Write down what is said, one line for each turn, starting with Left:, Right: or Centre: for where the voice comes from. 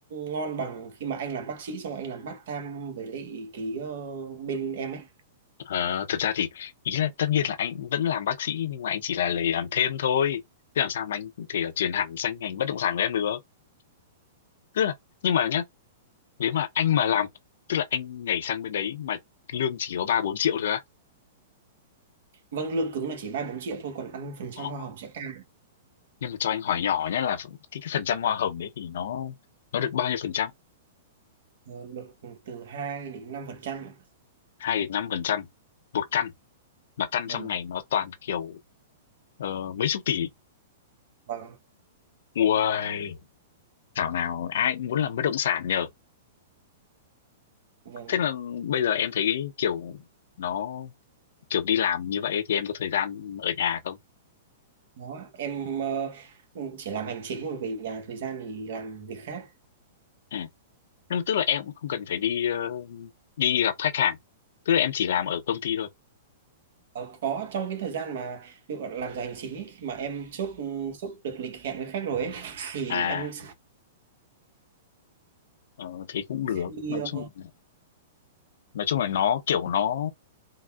Right: ngon bằng khi mà anh làm bác sĩ xong rồi anh làm part time với lại cái ờ, bên em ấy.
Left: Ờ, thực ra thì ý là tất nhiên là anh vẫn làm bác sĩ nhưng mà anh chỉ là lấy làm thêm thôi chứ làm sao mà anh có thể chuyển hẳn sang ngành bất động sản của em được tức là nhưng mà nhá nếu mà anh mà làm tức là anh nhảy sang bên đấy mà lương chỉ có ba bốn triệu thôi á
Right: Vâng, lương cứng là chỉ 3 4 triệu thôi còn ăn phần trăm
Left: Ờ,
Right: hoa hồng sẽ cao
Left: nhưng mà cho anh hỏi nhỏ nhé là cái, cái phần trăm hoa hồng đấy thì nó nó được bao nhiêu phần trăm
Right: ờ, được từ 2 đến 5% ạ.
Left: hai đến năm phần trăm một căn mà căn
Right: Vâng,
Left: trong này nó toàn kiểu ờ, mấy chục tỷ
Right: vâng.
Left: Uầy, thảo nào ai cũng muốn làm bất động sản nhờ
Right: Vâng,
Left: thế là bây giờ em thấy kiểu nó kiểu đi làm như vậy thì em có thời gian ở nhà không
Right: đó em ờ, ừ, chỉ làm hành chính rồi về nhà thời gian thì làm việc khác
Left: ừ. nhưng mà tức là em cũng không cần phải đi ờ, đi gặp khách hàng tức là em chỉ làm ở công ty thôi
Right: Ờ, có trong cái thời gian mà ví dụ làm giờ hành chính ấy, khi mà em chốt ừ, chốt được lịch hẹn với khách rồi ấy thì
Left: à
Right: em sẽ
Left: ờ, thế cũng được
Right: đi
Left: nói
Right: ờ,
Left: chung nói chung là nó kiểu nó